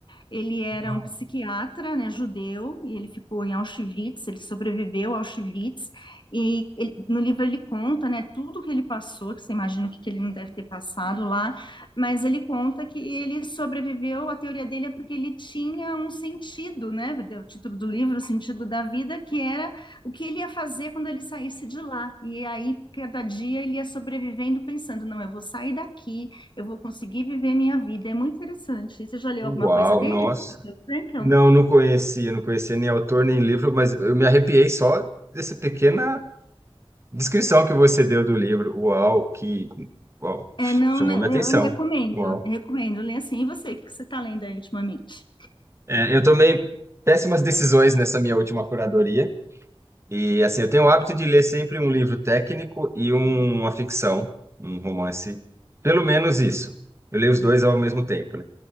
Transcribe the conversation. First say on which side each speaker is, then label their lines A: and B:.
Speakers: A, on the left; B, on the right.
A: Ele era
B: Uau,
A: um psiquiatra, né, judeu, e ele ficou em Auschwitz, ele sobreviveu a Auschwitz, e ele- no livro ele conta, né, tudo que ele passou, que você imagina o que, que ele não deve ter passado lá, mas ele conta que ele sobreviveu, a teoria dele é porque ele tinha um sentido, né, o título do livro, o sentido da vida, que era o que ele ia fazer quando ele saísse de lá, e aí cada dia ele ia sobrevivendo pensando, não, eu vou sair daqui, eu vou conseguir viver minha vida. É muito interessante. Você já leu
B: Uau,
A: alguma coisa dele?
B: nossa.
A: do Viktor Frankl?
B: Não, não conhecia, não conhecia nem autor nem livro, mas eu me arrepiei só dessa pequena descrição que você deu do livro, uau, que uau,
A: É, não,
B: chamou
A: não,
B: minha atenção.
A: eu eu recomendo,
B: Uau.
A: eu recomendo. Lê assim. E você, o que você está lendo aí ultimamente?
B: É, eu tomei péssimas decisões nessa minha última curadoria. E assim, eu tenho o hábito de ler sempre um livro técnico e um- uma ficção, um romance. Pelo menos isso. Eu leio os dois ao mesmo tempo, né?